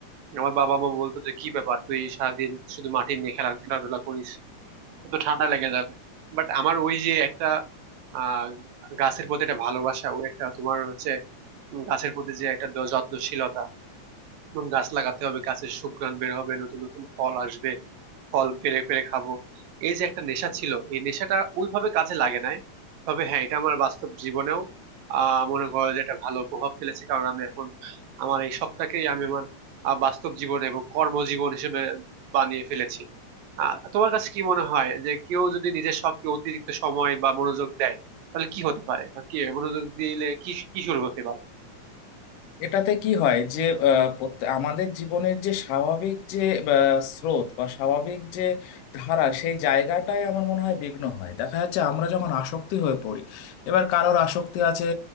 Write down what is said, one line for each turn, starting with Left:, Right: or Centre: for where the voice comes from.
Right: আমার বাবা মা বলতো যে কি ব্যাপার তুই সারাদিন শুধু মাটি নিয়ে খেলা খেলাধুলা করিস তো ঠান্ডা লেগে যাবে বাট আমার ওই যে একটা আহ গাছের প্রতি একটা ভালোবাসা ওই একটা তোমার হচ্ছে উম, গাছের প্রতি যে একটা দ- যত্নশীলতা যেমন গাছ লাগাতে হবে গাছের সুঘ্রাণ বের হবে নতুন নতুন ফল আসবে ফল পেরে পেরে খাবো এই যে একটা নেশা ছিল এই নেশাটা ওইভাবে কাজে লাগে নাই তবে হ্যাঁ এটা আমার বাস্তব জীবনেও আহ মনে করো যে একটা ভালো প্রভাব ফেলেছে কারণ আমি এখন আমার এই শখটাকেই আমি আমার আহ, বাস্তব জীবন এবং কর্মজীবন হিসেবে বানিয়ে ফেলেছি আহ তোমার কাছে কি মনে হয় যে কেউ যদি নিজের শখকে অতিরিক্ত সময় বা মনোযোগ দেয় তাহলে কি হতে পারে বা কি মনোযোগ দিলে কি কি শুরু হতে পারে
Left: এটাতে কি হয় যে আহ, প্রত্যে- আমাদের জীবনের যে স্বাভাবিক যে আহ, স্রোত বা স্বাভাবিক যে ধারা সেই জায়গাটাই আমার মনে হয় বিঘ্ন হয় দেখা যাচ্ছে আমরা যখন আসক্তি হয়ে পড়ি এবার কারোর আসক্তি আছে